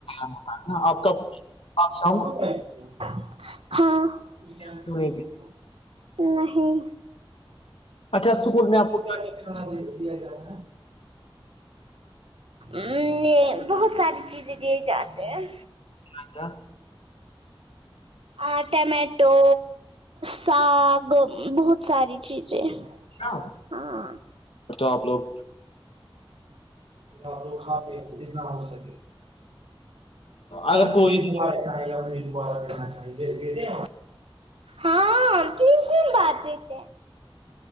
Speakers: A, on the left; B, on the right.
A: ہے نا آپ کا آپ شام
B: ٹھینکوں ہاں پھر چاے
A: کیوں
B: تو نہیں پو
A: پیتے
B: گی نہیں اچھا
A: اسکول
B: سک
A: میں آپ
B: میں
A: کو
B: دیا جاتا ا نے بہت ساری چیزیں دیے جاتے ہیں
A: کیا کیا
B: آ ٹمیٹو ساگ بہت ساری چیزیں اچھا
A: نا
B: ہاں
A: تو آپ لوگ
B: آپ لوگ کھاتے ہے جتنا ہوسکے اارا
A: اگر کوئی
B: چاہی دوبارہ کرنا چاہیے ہاں تین تین بات رہتے ہیں